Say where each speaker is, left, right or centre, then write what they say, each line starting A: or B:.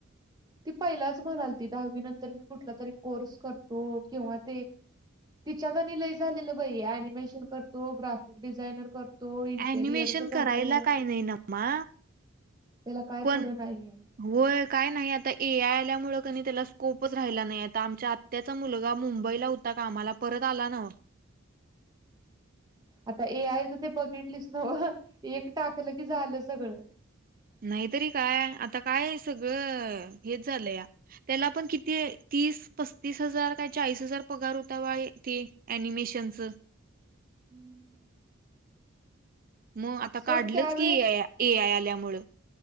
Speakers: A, on the right; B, on the right.
A: ती पहिलाच म्हणालती दहावी नंतर मी कुठला तरी कोर्स करतो किंवा ते तिच्यात आणि लय झालेलं बाई ऍनिमेशन करतो. ग्राफिक डिझायनर कर तो. इंटेरियरच
B: अॅनिमेशन
A: करतो.
B: करायला काय नाही नमा
A: त्याला काय
B: पण
A: पुढं नाहीये.
B: होय काय नाही. आता ए आय आल्यामुळ कनी त्याला स्कोप च राहिला नाही आता आमच्या आत्याचा मुलगा मुंबईला होता कामाला परत आला नव्ह.
A: आता ए आय च ते बघितलीस नव्ह. एक टाकलं की झालं सगळं.
B: नाहीतरी काय आता काय सगळं हेच झालंया. त्याला पण किती तीस, पस्तीस हजार काय चाळीस हजार पगार होता बाई दि अनिमेशनच.
A: हम्म <inaudible>
B: मग आता
A: सोड
B: काढलंच
A: त्यावेेळेस
B: की ए आय ए आय आल्यामूळ.